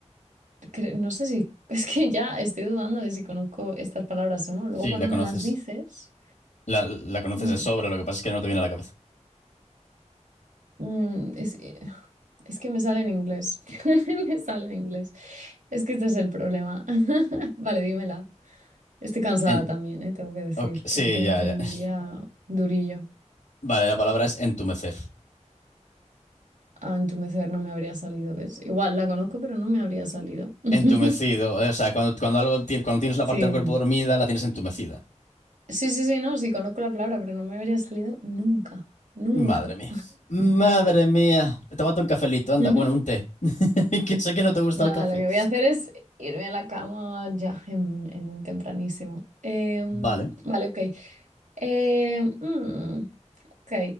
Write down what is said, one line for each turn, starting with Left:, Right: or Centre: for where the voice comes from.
Right: cre- no sé si, <laughs> es que ya estoy dudando de si conozco estas palabras o no. Luego
Left: Sí,
Right: cuando
Left: la conoces.
Right: me las dices,
Left: La, la conoces
Right: mm,
Left: de sobra, lo que pasa es que no te viene a la cabeza.
Right: mm, es, eh, es que me sale en inglés, <laughs> me sale en inglés. Es que este es el problema. <laughs> Vale, dímela. Estoy cansada
Left: En-
Right: también, ¿eh? Tengo que decir
Left: ok, sí,
Right: que hoy te-
Left: ya,
Right: he tenido
Left: ya.
Right: un
Left: <laughs>
Right: día durillo.
Left: Vale, la palabra es entumecer.
Right: A entumecer no me habría salido, ¿ves? Igual la conozco, pero no me habría salido. <laughs>
Left: Entumecido, eh, o sea, cuando, cuando algo, ti- cuando tienes una
Right: Sí,
Left: parte del cuerpo dormida, la tienes entumecida.
Right: sí, sí, sí, no, sí, conozco la palabra, pero no me habría salido nunca, nunca.
Left: Madre mía. Madre mía. Tómate un cafelito, anda.
Right: <laughs>
Left: Bueno, un té. <laughs> Que sé que no te gusta
Right: Nada,
Left: el café.
Right: lo que voy a hacer es irme a la cama ya, en, en tempranísimo. Em,
Left: Vale.
Right: vale, ok. Em, mm, ok.